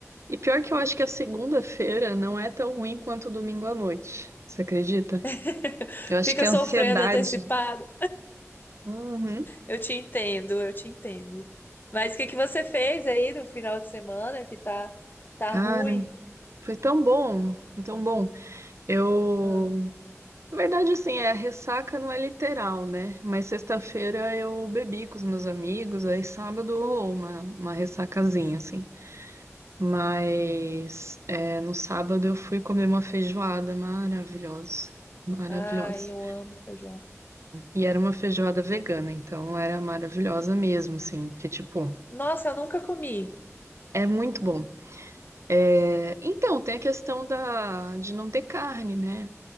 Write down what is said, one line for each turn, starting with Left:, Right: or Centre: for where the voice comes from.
Right: E pior que eu acho que a segunda-feira não é tão ruim quanto o domingo à noite. Você acredita?
Left: <laughs>
Right: Eu acho
Left: Fica
Right: que é
Left: sofrendo
Right: ansiedade.
Left: antecipado.
Right: Uhum.
Left: Eu te entendo, eu te entendo. Mas o que que você fez aí no final de semana que tá tá
Right: Cara,
Left: ruim?
Right: foi tão bom, foi tão bom. Eu
Left: Ah,
Right: Na verdade, assim, é, ressaca não é literal, né? Mas sexta-feira eu bebi com os meus amigos, aí sábado rolou uma, uma ressacazinha,
Left: sim.
Right: assim. Mas é, no sábado eu fui comer uma feijoada maravilhosa, maravilhosa.
Left: ai, eu amo feijão.
Right: E era uma feijoada vegana, então era maravilhosa mesmo, assim, porque, tipo,
Left: Nossa, eu nunca comi.
Right: é muito bom. É, então, tem a questão da, de não ter carne, né?